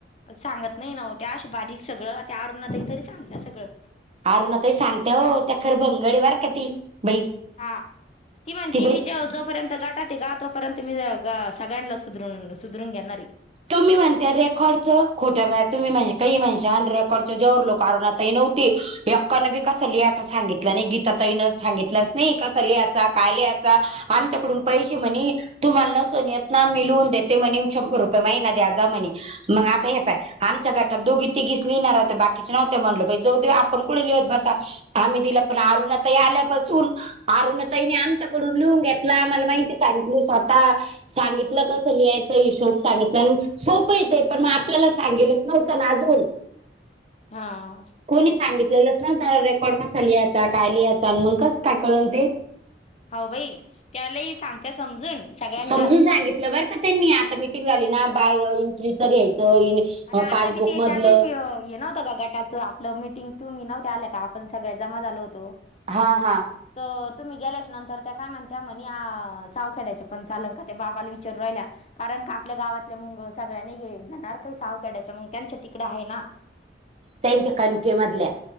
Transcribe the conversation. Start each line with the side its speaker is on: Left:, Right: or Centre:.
Left: सांगत नाही ना वो त्या अशी बारीक सगळं त्या अरुणातही तरी सांगतात सगळं.
Right: अरुण ताई सांगते वो त्या खरं भंगड आहे बरं का ती बाई.
Left: हा की म्हणती
Right: ती बाई
Left: मी ज जोपर्यंत गटात ग तोपर्यंत मी गा सगळ्यांनाच सुधरून सुधरून घेणारे
Right: तुम्ही म्हणता रेकॉर्ड चं खोट्या वे तुम्ही म्हण काही माणसा आणि रेकॉड च जेवर लो कारण आता नव्हते यकानं बी कसं लिहायच सांगितलं नाही गीता ताईन सांगितलंच नाही कसं लिहायचा काय लिहायचा आमच्याकडून पैसे म्हणे तुम्हाला नसन येत नाम्ी लवून देते म्हणे शंभर रुपय महिना द्या ज म्हणे मग आता हे पाय आमच्या घटात दोघी तिघीच लिहिणार हो्या बाकीच नव्हत म्हणल जऊ दे आपण कु लिहत बसा आम्ही दिला पण अरुना ताई आल्यापासून अरुणा ताईने आमच्याकडून लिहून घेतला आम्हाला माहिती सांगितली स्वतः सांगितलं कसं लिहायचं हिशोब सांगितलं आणि सोपं येते पण मग आपल्याला सांगेलच नव्हत आ जून
Left: हा
Right: कोणी सांगितलेलंस नव्हतं ना रेकॉर्ड कसा लिहायचा काय लिहायचा आणि मग कस काय कळल ते
Left: हो भाई त्यालाही सांगत समजून सगळ्यांनाच
Right: समजून सांगितलं बरं का त्यांनी आता मीटिंग झाली ना बाय एंट्रीचं घ्यायचं
Left: आणि आता
Right: पासबुक
Left: वि ते
Right: मधलं
Left: त्या दिवशी हे नव्हतं का गट त्याचं आपलं मिटिंग तुम्ही नव्हते आलं का आपण सगळ्या जमा झालो होतो
Right: हा हा
Left: तर तुम्ही गेल्याच्या नंतर त्या काय म्हण त्या म्हणे सावखेड्याचे पण चाल का त्या बाबाला विचारू राहिल्या कारण का आपल्या गावातल्या मुंग सगळ्यांनी घणार काही सावखेड्याच्या मग ते त्याच्या तिकडे आहे ना
Right: त्यांच्या कणके मधल्या